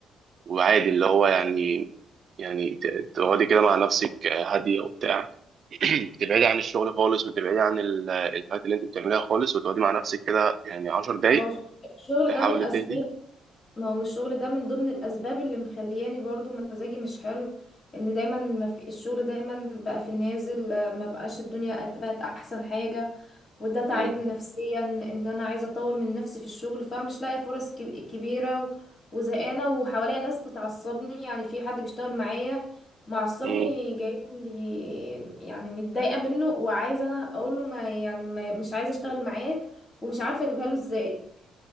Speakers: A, on the right; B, on the left.
A: وعادي اللي هو يعني يعني ت- تقعدي كده مع نفسك هادية وبتاع <clears throat> تبعدي عن الشغل خالص وتبعدي عن ال- الحاجات اللي انت بتعمليها خالص وتقعدي مع نفسك كده يعني عشر دقايق
B: اهو الشغل
A: تحاولي
B: ده من اسباب
A: تهدي
B: ما هو الشغل ده من ضمن الاسباب اللي مخلياني برضو مزاجي مش حلو ان دايما ما في الشغل دايما بقى في النازل آه، ما بقاش الدنيا أت- بقت احسن حاجة وده تعبني
A: مم.
B: نفسيا ان انا عايزة اطور من نفسي في الشغل فمش لاقية فرص كب- كبيرة و- وزهقانة وحواليا ناس بتعصبني يعني في حد بيشتغل معايا معصبني
A: مم.
B: جايب لي يعني متضايقة منه وعايزة انا اقول له ما يعني ما مش عايزة اشتغل معاه ومش عارفة اجيبها له ازاي